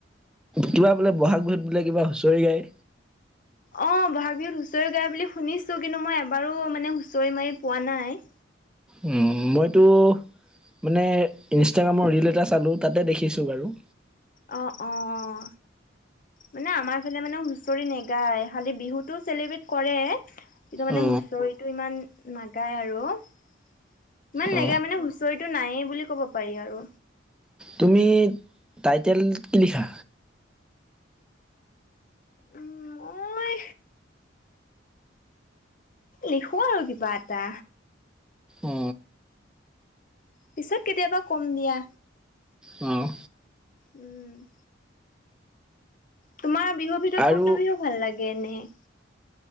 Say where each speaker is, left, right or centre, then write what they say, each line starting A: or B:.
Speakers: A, in the centre; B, on the left.
A: কিবা বোলে বহাগ বিহুত বোলে কিবা হুঁচৰি গায়?
B: অ বহাগ বিহুত হুঁচৰি গায় বুলি শুনিছো। কিন্তু মই এবাৰো মানে হুঁচৰি মাৰি পোৱা নাই।
A: উম মইতো মানে ইনষ্টাগ্ৰামৰ ৰীল এটা চালো তাতে দেখিছোঁ বাৰু।
B: অঁ অহ। মানে আমাৰ ফালে মানে হুচৰি নাগায় খালি বিহুটো চেলিব্ৰেট কৰে। কিন্তু মানে
A: অ
B: হুচৰিটো ইমান নাগাই আৰু ইমান
A: অ
B: নাগাই মানে হু চৰিটো নায়েই বুলি ক'ব পাৰি আৰু।
A: তুমি টাইটেল কি লিখা?
B: উম মই লিখো আৰু কিবা এটা।
A: অ
B: পিছত কেতিয়াবা কম দিয়া।
A: অঁহ।
B: উম। তোমাৰ বিহুৰ ভিতৰত
A: আৰু
B: কোনটো বিহু ভাল লাগে এনেই?